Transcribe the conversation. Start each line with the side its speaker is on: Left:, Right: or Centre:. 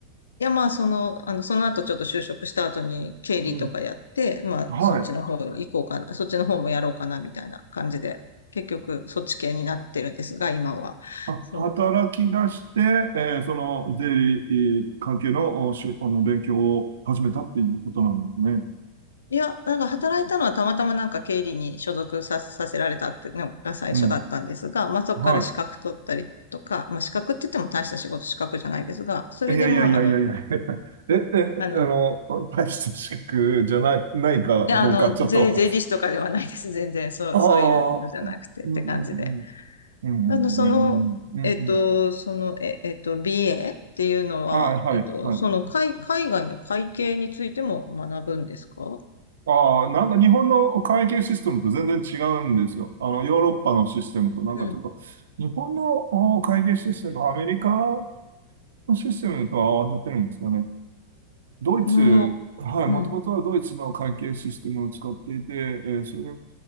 Left: いや、まあ、その、あの、その後ちょっと就職した後に経理とかやって、
Right: うん。
Left: まあ、
Right: はい。
Left: そっちの方行こうかな、そっちの方もやろうかな、みたいな感じで、結局、そっち系になってるんですが、今は。
Right: あ、
Left: そう。
Right: 働き出して、えーその税理えー関係の、おしゅ、あの、勉強を始めたっていうことなんですね。
Left: いや、なんか働いたのはたまたまなんか経理に所属さ、させられたっていうのが最初だったんですが、
Right: うん。
Left: まあそこから資格取ったりとか、
Right: は
Left: まあ資格って言っても大した仕事資格じゃないですが、それでまああの、
Right: い。いやいやいやいやいや <laughs> え、え、
Left: あの、
Right: あの、
Left: い
Right: 大した資格じゃない、ないかどうか、
Left: や、あの、
Right: ちょっと
Left: 税、税理士とかではないです。<laughs> 全然、
Right: <laughs>
Left: そう、
Right: あ
Left: そういうのじゃなくてって感じで。
Right: あ、うんうんうん。うんうんうんうんうんうん
Left: あの、その、えっと、その、え、えっと、BA っていうのは、
Right: はい、はい、
Left: えっと、
Right: はい。
Left: その海、海外の会計についても学ぶんですか
Right: ああ、なんか日本の会計システムと全然違うんですよ。あの、ヨーロッパのシステムと、なんかちょっと、
Left: うん。
Right: 日本のお会計システム、アメリカのシステムと合わせてるんですよね。ドイツ、
Left: うん、もう、
Right: はい、もともとはドイツの会計システムを使っていて、
Left: うん。
Right: えーそれ